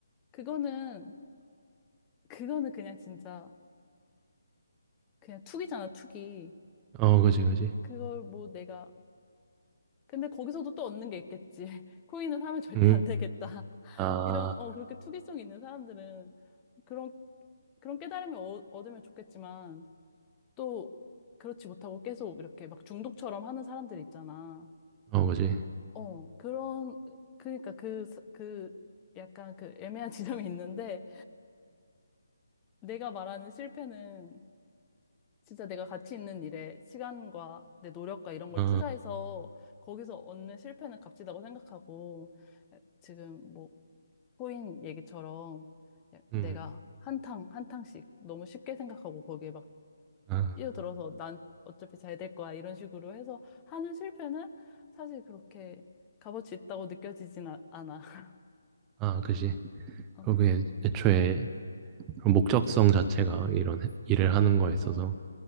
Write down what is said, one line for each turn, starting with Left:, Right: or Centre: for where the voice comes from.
Left: 그거는, 그거는 그냥 진짜 그냥 투기잖아, 투기.
Right: 어, 그지, 그지.
Left: 그걸 뭐 내가. 근데 거기서도 또 얻는 게 있겠지. <laughs> 코인은 사면 절대
Right: 음,
Left: 안 되겠다. <laughs>
Right: 아,
Left: 이런, 어, 그렇게 투기성 있는 사람들은 그런 그런 깨달음을 얻- 얻으면 좋겠지만, 또, 그렇지 못하고 계속 이렇게 막 중독처럼 하는 사람들 있잖아.
Right: 어, 그지.
Left: 어, 그런, 그러니까 그, 사- 그, 약간 그 애매한 <laughs> 지점이 있는데, 내가 말하는 실패는 진짜 내가 가치 있는 일에 시간과 내 노력과 이런 걸
Right: 어,
Left: 투자해서 거기서 얻는 실패는 값지다고 생각하고, 지금 뭐, 코인 얘기처럼
Right: 음,
Left: 내가 한탕, 한탕씩 너무 쉽게 생각하고 거기에 막
Right: 아,
Left: 뛰어들어서 난 어차피 잘 될 거야 이런 식으로 해서 하는 실패는 사실 그렇게 값어치 있다고 느껴지진 아- 않아. <laughs>
Right: 아, 그지.
Left: 어,
Right: 그게 애초에 목적성 자체가 이런 일을
Left: 어,
Right: 하는 거에 있어서
Left: 어,